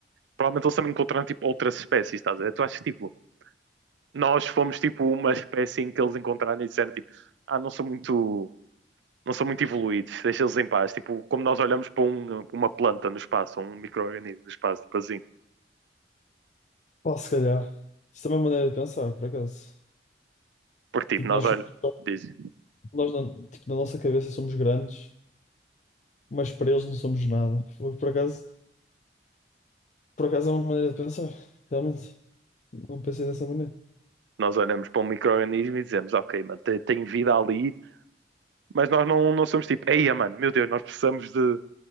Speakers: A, on the right (about 85°); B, on the left (about 40°).
A: Provavelmente eles também encontraram tipo outras espécies, estás a ver? Tu achas que tipo, nós fomos tipo uma espécie em que eles encontraram e disseram tipo, ah, não são muito, não são muito evoluídos, deixa eles em paz. Tipo, como nós olhamos para um- uma planta no espaço, ou um micro-organismo no espaço, tipo assim.
B: Pá, se calhar. Isso também é uma maneira de pensar, por acaso.
A: Porque tipo,
B: Tipo,
A: nós,
B: nós
A: olh
B: somos.
A: diz-
B: Nós, na- tipo, na nossa cabeça somos grandes, mas para eles não somos nada. Foi, Por acaso, por acaso é uma maneira de pensar, realmente. Não pensei dessa maneira.
A: nós olhamos para um micro-organismo e dizemos, ok, mano, tem, tem vida ali, mas nós não, não somos tipo, eia, mano, meu Deus, nós precisamos de,